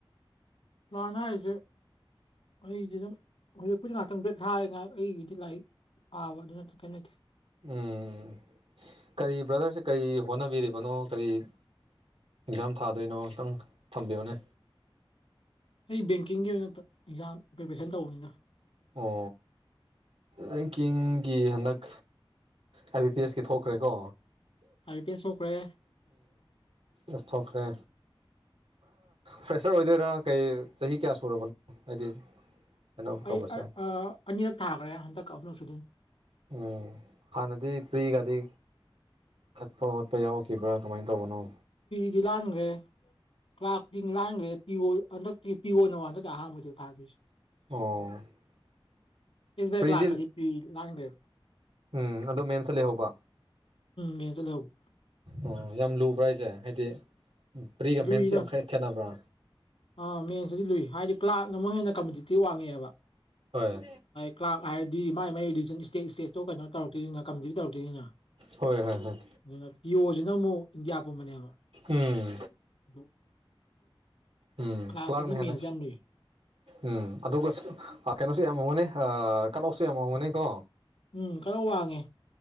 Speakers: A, on the left; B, on the right.
A: ꯄ꯭ꯂꯅ ꯍꯥꯏꯗꯤꯦ ꯑꯩꯗꯤ ꯑꯗꯨꯝ ꯍꯧꯖꯤꯛꯄꯨꯗꯤ ꯉꯥꯏꯍꯥꯛꯇꯪ ꯕ꯭ꯔꯦꯦꯛ ꯊꯥꯏ ꯉꯥꯏꯍꯥꯛ ꯑꯩꯒꯤꯗꯤ ꯂꯥꯏꯔꯤꯛ ꯑꯥ ꯑꯗꯨ ꯅꯠꯇ ꯀꯅ
B: ꯎꯝ ꯀꯔꯤ ꯕ꯭ꯔꯗꯔꯁ ꯀꯔꯤ ꯍꯣꯠꯅꯕꯤꯔꯤꯕꯅꯣ ꯀꯔꯤ ꯑꯦꯛꯖꯥꯝ ꯊꯥꯗꯣꯏꯅꯣ ꯉꯇꯪ ꯊꯝꯕꯤꯌꯣꯅꯦ
A: ꯑꯩ ꯕꯦꯡꯀꯤꯡꯒꯤ ꯑꯣꯏꯅ ꯑꯦꯛꯖꯥꯝ ꯄ꯭ꯔꯤꯄꯦꯔꯦꯁꯟ ꯇꯧꯕꯅꯤꯅ
B: ꯑꯣ ꯔꯦꯡꯀꯤꯡꯒꯤ ꯍꯟꯗꯛ ꯑꯥꯏꯕꯤ ꯄꯤ ꯑꯦꯁꯀꯤ ꯊꯣꯛꯈ꯭ꯔꯦꯀꯣ
A: ꯑꯕꯤ ꯄꯤꯁꯣꯛꯈ꯭ꯔꯦ
B: ꯎꯝꯁꯣꯛꯈ꯭ꯔꯦ ꯐ꯭ꯔꯦꯁꯔ ꯑꯣꯏꯗꯣꯏꯔꯥ ꯀꯩ ꯆꯍꯤ ꯀꯌꯥ ꯁꯨꯔꯕꯅꯣ ꯍꯥꯏꯗꯤ ꯀꯩꯅꯣ ꯇꯧꯕꯁꯦ
A: ꯑꯩ ꯑꯅꯤꯔꯛ ꯊꯥꯈ꯭ꯔꯦ ꯍꯟꯗꯛ ꯑꯍꯨꯝꯂꯛ ꯁꯨꯗꯤꯟ
B: ꯎ ꯍꯅꯗꯤ ꯐ꯭ꯔꯤꯒꯒꯥꯗꯤ ꯀꯠꯄ ꯈꯣꯠꯄ ꯌꯥꯎꯔꯈꯤꯕ꯭ꯔꯥ ꯀꯃꯥꯏꯅ ꯇꯧꯕꯅꯣ
A: ꯗꯤ ꯂꯥꯟꯈ꯭ꯔꯦ ꯀꯥꯛꯇꯤꯡ ꯂꯥꯡꯈ꯭ꯔꯦ ꯄꯤ ꯍꯟꯗꯛꯇꯤ ꯄꯤꯌꯣꯅꯕ ꯍꯟꯗꯛꯇꯤ ꯑꯍꯥꯟꯕꯗ ꯊꯥꯗꯣꯏꯁꯨ
B: ꯑꯣ
A: ꯏꯁ
B: ꯄ꯭ꯔꯤꯗꯤ
A: ꯀ ꯂꯥꯛ ꯀꯖꯤ ꯄ ꯂꯥꯡꯒꯦ
B: ꯎꯝ ꯑꯗꯣ ꯃꯦꯟꯁ ꯂꯩꯍꯧꯕ
A: ꯃꯦꯟꯁꯇ ꯂꯩꯍꯧꯕ
B: ꯑꯣ ꯌꯥꯝ ꯂꯨ ꯄ꯭ꯔꯥꯏꯁꯁꯦ ꯍꯥꯏꯗꯤ ꯄ꯭ꯔꯤꯒ
A: ꯂꯨꯏꯗ
B: ꯃꯦꯟꯁꯦ ꯑꯃꯈꯛ ꯈꯦꯠꯅꯕ꯭ꯔꯥ
A: ꯑꯥ ꯃꯦꯟꯁꯇꯗꯤ ꯂꯨꯏ ꯍꯥꯏꯗꯤ ꯀ꯭ꯂꯥꯛꯅ ꯑꯃꯨꯛ ꯍꯦꯟꯅ ꯀꯝꯄꯤꯇꯤꯇꯤꯞ ꯋꯥꯡꯉꯦꯕ
B: ꯍ
A: ꯀ꯭ꯂꯥꯕ ꯍꯥꯏꯔꯗꯤ ꯃꯥꯏ ꯃꯥꯏ ꯔꯤꯖꯟ ꯏꯁꯇꯦꯠ ꯏꯁꯇꯦꯠꯇꯣ ꯀꯩꯅꯣ ꯇꯧꯔꯛꯇꯣꯏꯅꯤꯅ ꯀꯝꯕꯤ ꯇꯧꯔꯛꯇꯣꯏꯅꯤꯅ
B: ꯍꯣꯏ ꯍꯣꯏ ꯍꯣꯏ
A: ꯑꯗꯨꯅ ꯄꯤꯌꯁꯤꯅ ꯑꯃꯨꯛ ꯏꯟꯗꯤꯌꯥ ꯄꯨꯝꯕꯅꯦꯕ
B: ꯎꯝ
A: ꯑꯗꯨ
B: ꯎꯝ
A: ꯀ꯭ꯂꯥꯔꯛꯇꯗꯤ
B: ꯀ꯭ꯂꯒꯅ ꯍꯥꯏꯦꯅ
A: ꯃꯦꯟꯁ ꯌꯥꯝ ꯂꯨꯏ
B: ꯎꯝ ꯑꯗꯨꯒ ꯀꯩꯅꯣꯁꯨ ꯌꯥꯝ ꯉꯒꯅꯤ ꯀꯠꯣꯞꯁꯨ ꯌꯥꯝ ꯉꯝꯒꯅꯤ ꯀꯣ
A: ꯎꯝ ꯀꯩꯅꯣ ꯋꯥꯡꯉꯦ